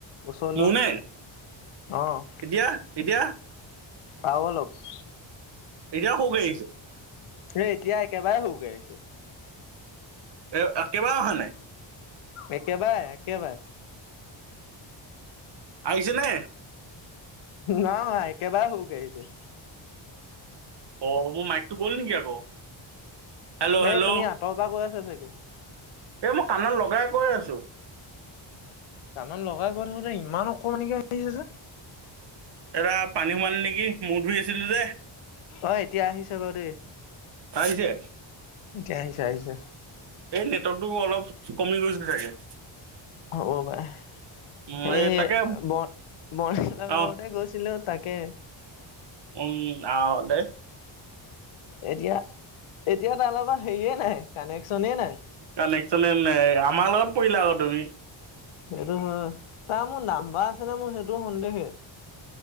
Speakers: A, on the left; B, on the right.
A: ওচৰলৈ
B: মোৰ নে
A: আহ
B: এতিয়া এতিয়া
A: আও অলপ।
B: এতিয়াও সৈ আহিছোঁ।
A: এ এতিয়া একেবাৰে সৰুকৈ আহিছে।
B: এ কেইবাৰ অহা নাই।
A: একেবাৰে আহে একেবাৰ।
B: আহিছে নে?
A: নাই একেবাৰে সৰুকে আহিছে।
B: অ', মোৰ মাইকতটো গ'ল নেকি আকৌ। হেল্ল'
A: এ
B: হেল্ল'
A: তুমি আঁতৰ পৰা গৈ আছা চাগে।
B: এই মই কাণত লগাই কৈ আছোঁ।
A: কানত লগাই গৈ থাকোঁতে ইমান অকমানি কে হৈছে যে।
B: এৰা পানী সোমাল নেকি মূৰ ধুই আছিলোঁ যে।
A: অ', এতিয়া আহিছ বাৰু দেই।
B: চাইছে।
A: এতিয়া আহিছ আহিছে।
B: এই নেটৱৰ্কতটো অলপ কমি গৈছে থাকে।
A: হ'ব বাই
B: উম
A: সেই
B: এই তাকে
A: ব বৰাৰ
B: অ
A: লগতে গৈছিলোঁ। তাকে।
B: উম আহ দে।
A: এতিয়া এতিয়া তাৰ লগত হেৰিয়ে নাই কানেকশ্যনেই নাই।
B: কাণেকশ্যনে নাই আমাৰ লগত পৰিলা আকৌ তুমি।
A: সেইটো হয় তাৰ মোৰ নাম্বাৰ আছে নে মোৰ সেইটোও সন্দেহে।